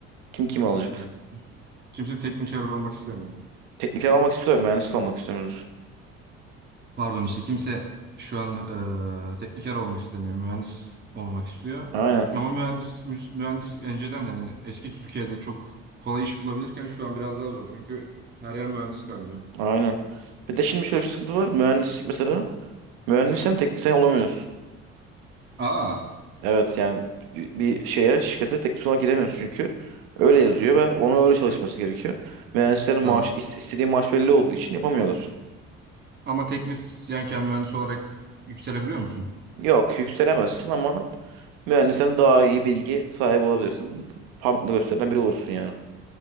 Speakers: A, on the right; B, on the right.
A: Kim kimi alacak?
B: Evet. Kimse tekniker olmak istemiyor.
A: Tekniker almak istiyor, mühendis almak istemiyordur.
B: Pardon işte kimse şu an e, tekniker olmak istemiyor. Mühendis olmak istiyor.
A: Aynen,
B: Ama mühendis müs- mühendis önceden yani eski Türkiye'de çok kolay iş bulabilirken şu an biraz daha zor. Çünkü her yer mühendis kaynıyor.
A: aynen. Bir de şimdi şöyle bir sıkıntı var. Mühendislik mesela. Mühendisten teknisyen olamıyorsun.
B: Aa
A: Evet yani bir bir şeye, şirkete teknisyen olarak giremiyorsun çünkü. Öyle yazıyor ve ona öyle çalışması gerekiyor. Mühendislerin
B: tamam.
A: maaş, is- istediği maaş belli olduğu için yapamıyorlar.
B: Ama teknisyenken mühendis olarak yükselebiliyor musun?
A: Yok, yükselemezsin ama mühendisten daha iyi bilgi sahibi olabilirsin. Parmakla gösterilen biri olursun yani.